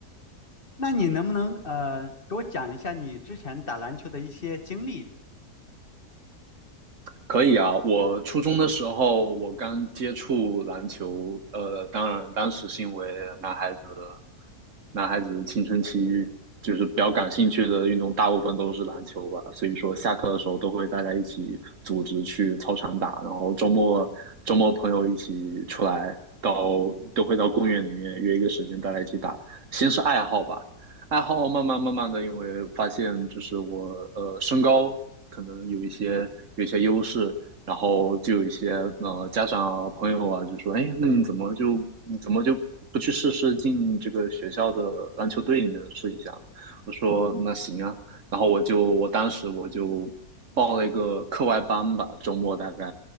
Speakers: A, on the left; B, on the right.
A: 那你能不能呃给我讲一下你之前打篮球的一些经历？
B: 可以啊，我初中的时候我刚接触篮球，呃，当然当时是因为男孩子，男孩子青春期就是比较感兴趣的运动，大部分都是篮球吧，所以说下课的时候都会大家一起组织去操场打，然后周末周末朋友一起出来到都会到公园里面约一个时间大家一起打，先是爱好吧。爱好慢慢慢慢的，因为发现就是我呃身高可能有一些有一些优势，然后就有一些呃家长啊、朋友啊，就说，哎，那你怎么就你怎么就不去试试进这个学校的篮球队里面试一下呢？我说那行啊，然后我就我当时我就报了一个课外班吧，周末大概